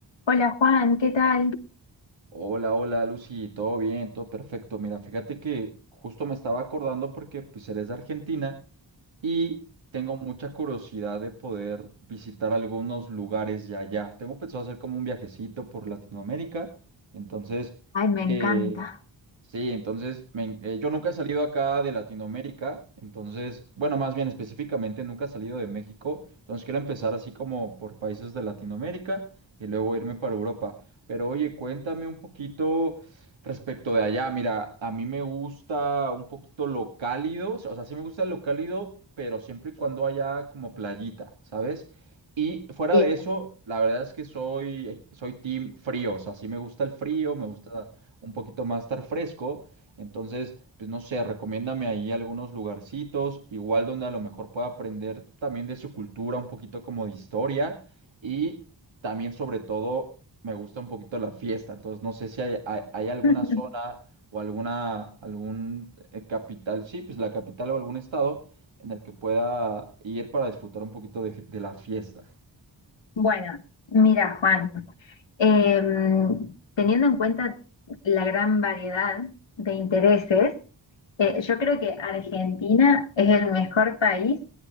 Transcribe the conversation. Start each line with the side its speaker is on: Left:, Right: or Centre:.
Left: Hola Juan, ¿qué tal?
Right: Hola, hola Lucy, todo bien, todo perfecto. Mira, fíjate que justo me estaba acordando porque pues eres de Argentina y tengo mucha curiosidad de poder visitar algunos lugares de allá. Tengo pensado hacer como un viajecito por Latinoamérica. Entonces,
Left: Ay, me
Right: eh,
Left: encanta.
Right: sí, entonces me en- eh, yo nunca he salido acá de Latinoamérica. Entonces, bueno, más bien específicamente nunca he salido de México. Entonces quiero empezar así como por países de Latinoamérica y luego irme para Europa. Pero oye, cuéntame un poquito respecto de allá. Mira, a mí me gusta un poquito lo cálido, o sea, sí me gusta lo cálido, pero siempre y cuando haya como playita, ¿sabes? Y fuera
Left: Bien.
Right: de eso, la verdad es que soy, soy team frío, o sea, sí me gusta el frío, me gusta un poquito más estar fresco. Entonces, pues no sé, recomiéndame ahí algunos lugarcitos, igual donde a lo mejor pueda aprender también de su cultura, un poquito como de historia. Y también, sobre todo, me gusta un poquito la fiesta. Entonces, no sé si hay, hay- hay alguna
Left: <laughs>
Right: zona o alguna, algún eh, capital, sí, pues la capital o algún estado en el que pueda ir para disfrutar un poquito de, de la fiesta.
Left: Bueno, mira Juan, em, teniendo en cuenta la gran variedad de intereses, eh, yo creo que Argentina es el mejor país